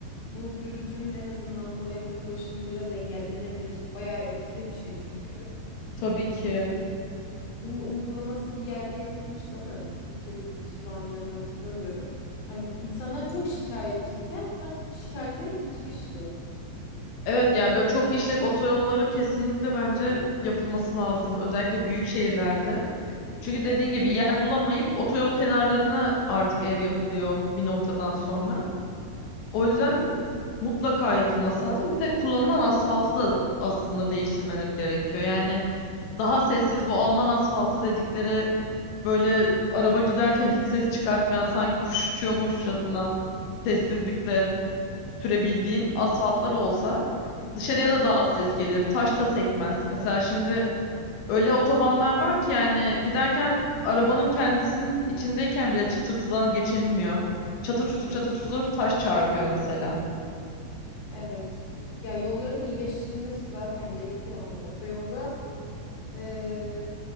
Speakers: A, on the left (about 40°); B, on the left (about 80°).
A: bu gürültünün en azından bu evlere ulaşımı biraz engellenebilir. Bayağı etkili bir şey çünkü.
B: tabii ki.
A: Bunun uygulaması bir yerde yapılmıştı ama Türkiye'de de şu an nerede hatırlamıyorum. Hani insanlar çok şikayetçiyken artık şikayetleri bitmişti.
B: Evet yani böyle çok işlek otoyolları kesinlikle bence yapılması lazım. Özellikle büyük şehirlerde. Çünkü
A: Evet
B: dediğin gibi
A: evet.
B: yer bulamayıp otoyol kenarlarına artık ev yapılıyor bir noktadan sonra. O
A: Tabii
B: yüzden
A: tabii.
B: mutlaka yapılması lazım. Bir de kullanılan asfaltı da aslında değiştirmeleri gerekiyor. Yani daha sessiz bu Alman asfaltı dedikleri böyle araba giderken hiç ses çıkartmayan sanki kuş uçuyormuşçasına sessizlikle sürebildiğin asfaltlar olsa dışarıya
A: Anladım.
B: da daha az ses gelir. Taş da sekmez. Mesela şimdi Öyle otobanlar var ki yani giderken arabanın kendisinin içindeyken bile çıtırtıdan geçinmiyor. Çatır çutur çatır çutur taş çarpıyor mesela.
A: Evet. Ya yolların iyileştirilmesi zaten gerekiyor. Hani otoyolda e,